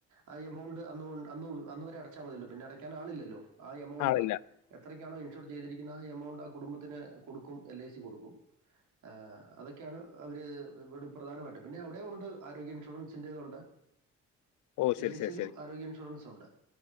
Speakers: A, on the right (about 75°); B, on the left (about 80°).
A: ആ എമൗണ്ട് അന്ന് അന്ന് അന്ന് വരെ അടച്ചാൽ മതിയല്ലോ, പിന്നെ അടയ്ക്കാൻ ആളില്ലല്ലോ, ആ എമൗണ്ട്
B: ആളില്ല.
A: എത്രക്കാണോ ഇൻഷുർ ചെയ്തിരിക്കുന്ന ആ എമൗണ്ട് ആ കുടുംബത്തിന് കൊടുക്കും എൽ ഐ സി കൊടുക്കും. അഹ അതൊക്കെയാണ് അവര് ഇ പ്രധാനമായിട്ടും, പിന്നെ അവിടെയും ഉണ്ട് ആരോഗ്യ ഇൻഷുറൻസിൻ്റ ഇത് ഒണ്ട്
B: ഓ!
A: എൽ
B: ശരി,
A: ഐ സിയിലും
B: ശരി, ശരി.
A: ആരോഗ്യ ഇൻഷുറൻസ് ഉണ്ട്,